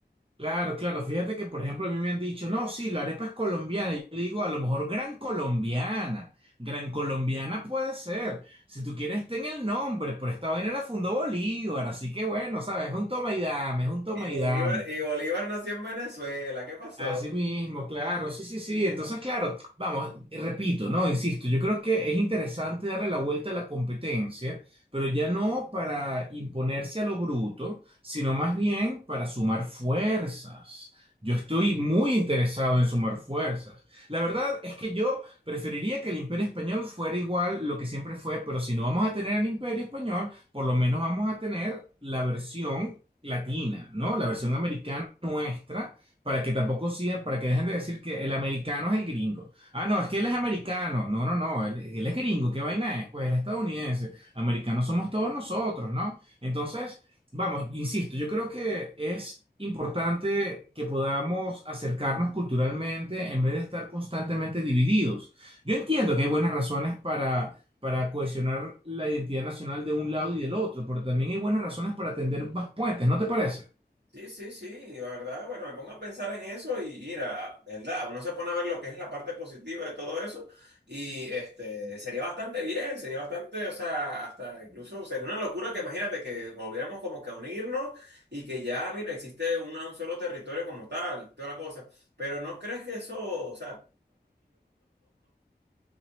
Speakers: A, on the right; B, on the right.
A: Claro, claro. Fíjate que, por ejemplo, a mí me han dicho, no, sí, la arepa es colombiana. Y yo le digo, a lo mejor gran colombiana. Gran colombiana puede ser. Si tú quieres, ten el nombre, pero esta vaina la fundó Bolívar. Así que bueno, ¿sabes? Es un toma y dame, es un toma
B: Y Bolívar,
A: y dame.
B: y Bolívar nació en Venezuela, ¿qué pasó?
A: Así mismo, claro, sí, sí, sí. Entonces, claro, vamos, repito, ¿no? Insisto, yo creo que es interesante darle la vuelta a la competencia, pero ya no para imponerse a lo bruto, sino más bien para sumar fuerzas. Yo estoy muy interesado en sumar fuerzas. La verdad es que yo preferiría que el Imperio Español fuera igual lo que siempre fue, pero si no vamos a tener el Imperio Español, por lo menos vamos a tener la versión latina, ¿no? La versión americana nuestra para que tampoco sigan, para que dejen de decir que el americano es el gringo. Ah, no, es que él es americano. No, no, no, él, él es gringo. ¿Qué vaina es? Pues él es estadounidense. Americanos somos todos nosotros, ¿no? Entonces, vamos, insisto, yo creo que es importante que podamos acercarnos culturalmente en vez de estar constantemente divididos. Yo entiendo que hay buenas razones para para cohesionar la identidad nacional de un lado y del otro, pero también hay buenas razones para tender más puentes, ¿no te parece?
B: Sí, sí, sí, y la verdad, bueno, me pongo a pensar en eso y mira, ¿verdad? Uno se pone a ver lo que es la parte positiva de todo eso y este, sería bastante bien, sería bastante, o sea, hasta incluso sería una locura que imagínate que volviéramos como que a unirnos y que ya, mira, existe una- un solo territorio como tal, toda la cosa, pero ¿no crees que eso, o